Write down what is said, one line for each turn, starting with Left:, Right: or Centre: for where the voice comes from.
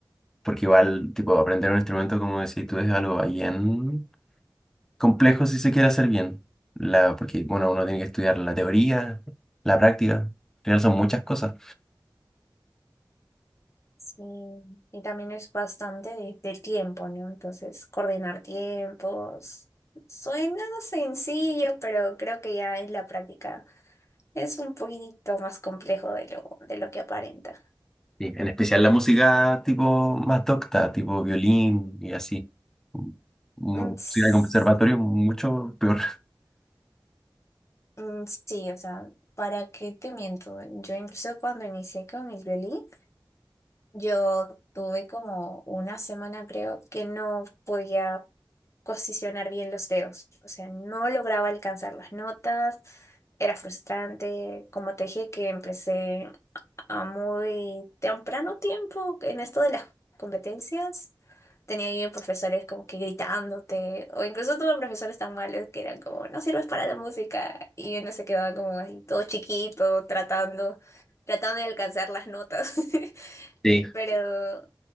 Centre: porque igual, tipo, aprender un instrumento, como decís tú, es algo bien complejo si se quiere hacer bien. La, porque, bueno, uno tiene que estudiar la teoría, la práctica, al final son muchas cosas.
Left: Sí. Y también es bastante de- del tiempo, ¿no? Entonces, coordinar tiempos. Suena sencillo, pero creo que ya en la práctica es un poquitito más complejo de lo, de lo que aparenta.
Centre: Sí, en especial la música tipo más docta, tipo violín y así. Música
Left: Mm, s-
Centre: de conservatorio mucho peor.
Left: mm, Sí, o sea, ¿para qué te miento? Yo incluso cuando inicié con el violín, Yo tuve como una semana, creo, que no podía posicionar bien los dedos. O sea, no lograba alcanzar las notas. Era frustrante. Como te dije, que empecé a muy temprano tiempo en esto de las competencias. Tenía ahí profesores como que gritándote, o incluso tuve profesores tan malos que eran como, no sirves para la música, y uno se quedaba como ahí todo chiquito, tratando, tratando de alcanzar las notas. <laughs>
Centre: Sí.
Left: Pero,